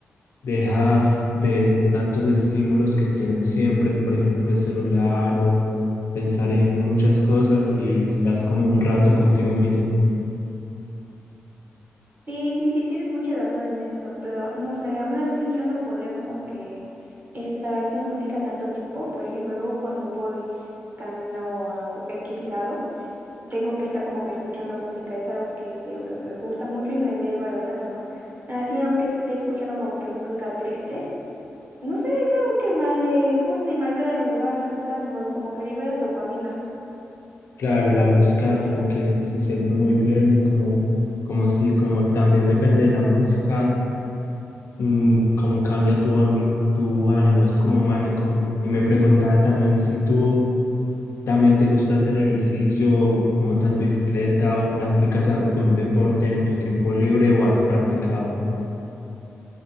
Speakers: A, on the left (about 70°); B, on the right (about 40°).
A: dejas de tantos estímulos que tienen siempre, por ejemplo, el celular o pensar en muchas cosas y estás como un rato contigo mismo.
B: Sí, sí, sí, tienes mucha razón en eso, pero no sé, aún así yo no podría como que estar sin música tanto tiempo. Por ejemplo, luego cuando voy camino a X lado. tengo que estar como que escuchando música, es algo que te digo que me gusta mucho y me eleva los ánimos. Así aunque esté escuchando como que música triste, no sé, es algo que me gusta y me ayuda a elevar los ánimos, como que liberas dopamina.
A: Claro, la música como que se siente muy bien y como, como sí, como también depende de la música. mm, cómo cambia tu, ami- tu ánimo, es como mágico. Y me preguntaba también si tú también te gusta hacer ejercicio, montas bicicleta o practicas algún deporte en tu tiempo libre o has practicado.